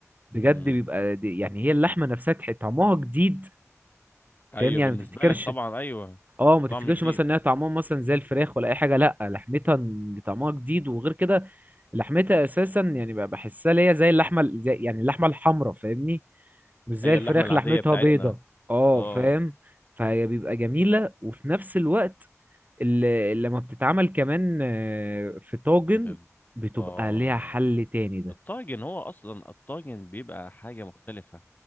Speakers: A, on the right; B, on the left.
A: بجد
B: مم.
A: بيبقى دي- يعني هي اللحمه نفسها تح- طعمها جديد
B: <laughs> ايوه
A: فاهم يعني
B: بالنسبه
A: ما تفتكرش
B: لك طبعا ايوه
A: اه ما تفتكرش
B: طعم جديد
A: مثلا انها طعمها مثلا زي الفراخ ولا اي حاجه لا لحمتها طعمها جديد وغير كده لحمتها اساسا يعني بقى بحسها ليا زي اللحمه ال- زي يعني اللحمه الحمراء فاهمني مش زي
B: ايوه
A: الفراخ
B: اللحمه العاديه
A: لحمتها
B: بتاعتنا
A: بيضه اه
B: اه
A: فاهم فهي بيبقى جميله وفي نفس الوقت اللي لما بتتعمل كمان آه، في طاجن
B: بتاعت
A: بتبقى
B: اه
A: ليها حل تاني ده
B: الطاجن هو اصلا الطاجن بيبقى حاجه مختلفه